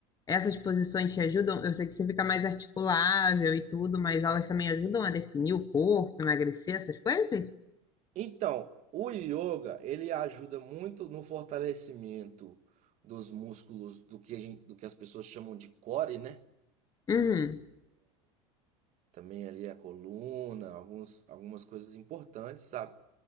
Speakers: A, on the left; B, on the right.
A: essas posições te ajudam. Eu sei que você fica mais articulável e tudo, mas elas também ajudam a definir o corpo, emagrecer, essas coisas?
B: Então, o yoga, ele ajuda muito no fortalecimento dos músculos do que, a gente- do que as pessoas chamam de core, né?
A: Uhum.
B: também ali a coluna, alguns, algumas coisas importantes, sabe?